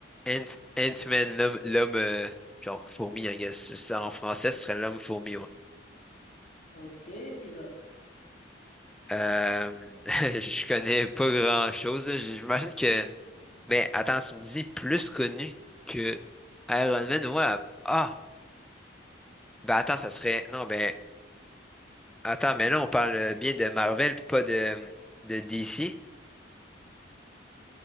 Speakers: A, in the centre; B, on the left.
A: Ant, Ant-Man, l'homme, l'homme, euh, genre fourmi, I guess. Ça, en français, ce serait l'homme fourmi, ouais.
B: Ok, qui d'autre?
A: Euh, <laughs> je connais pas grand-chose. là. J'imagine que... Mais attends, tu me dis plus connu que Iron Man, ouais. Ah! Ben attends, ça serait... Non, ben... Attends, mais là, on parle euh, bien de Marvel, puis pas de, de DC.